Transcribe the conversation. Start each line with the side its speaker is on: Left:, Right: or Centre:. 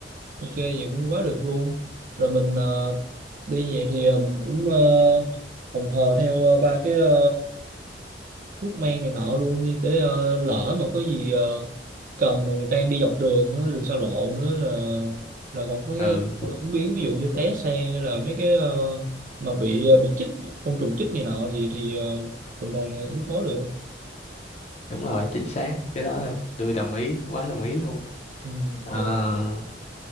Right: ok vậy cũng quá được luôn. Rồi mình ờ, đi về thì ờ, mình cũng ờ, phòng hờ theo ờ, ba cái ờ, thuốc men này nọ luôn đi để ờ, lỡ mà có gì ờ, cần mà mình đang đi dọc đường á, đường xa lộ nữa là là còn có cái
Left: ừ
Right: ờ, ứng biến ví dụ như té xe hay là mấy cái ờ, mà bị ờ, bị chích côn trùng chích này nọ thì thì ờ, mình còn ứng phó được.
Left: đúng rồi chính xác cái đó là tôi đồng ý quá đồng ý luôn
Right: Ừ,
Left: Ờ
Right: ok.